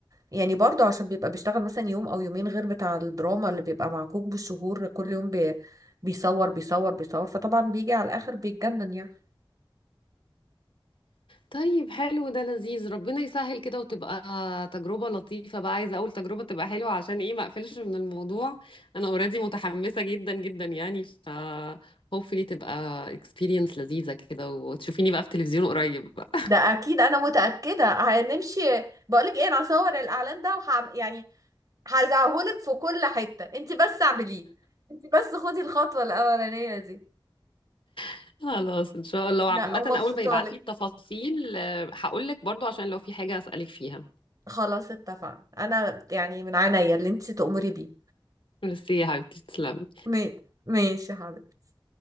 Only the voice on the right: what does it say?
يعني برضو عشان بيبقى بيشتغل مثلا يوم او يومين غير بتاع الدراما اللي بيبقى معكوك بالشهور كل يوم بي بيصور بيصور بيصور فطبعا بيجي على الاخر بيتجنن يعني
ده اكيد انا متأكدة هنمشي بقولك ايه انا هصور الاعلان ده وح... يعني هزعهولك في كل حتة انت بس اعمليه انت بس خدي الخطوة الاولانية دي
لا ومبسوطة
خلاص اتفقنا انا يعني من عينيا اللي انت تأمري بيه
ما- ماشي يا حبيبتي